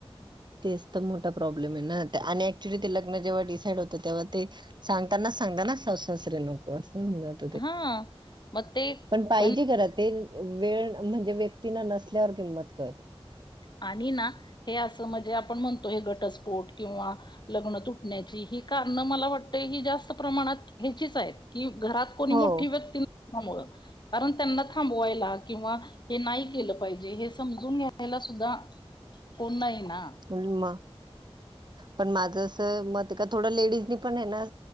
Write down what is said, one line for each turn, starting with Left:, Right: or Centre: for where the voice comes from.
Right: तेच तर मोठा प्रॉब्लेमे ना. आणि ऍक्च्युली ते लग्न जेव्हा डिसाईड होतं. तेव्हा ते सांगतानाच सांगताना. सासूसासरे नको असं <unintelligible>
Left: हा, म ते
Right: पण पाहिजे
Left: पण
Right: घरात ते. वेळ म्हणजे व्यक्ती ना नसल्यावर किंमत कळते.
Left: आणि ना हे असं म्हणजे आपण म्हणतो. हे घटस्फोट किंवा लग्न तुटण्याची ही कारण मला वाटत ही जास्त प्रमाणात ह्याचीच आहे. की घरात कोणी
Right: हो.
Left: मोठी व्यक्ती <inaudible> मुंळ कारण त्यांना थांबवायला. किंवा हे नाही केलं पाहिजे. हे समजून घ्यायला सु द्धा कोण नाही ना.
Right: अन म.
Left: ह <inaudible>
Right: पण माझं अस मते का, थोडं लेडीजनी पणे ना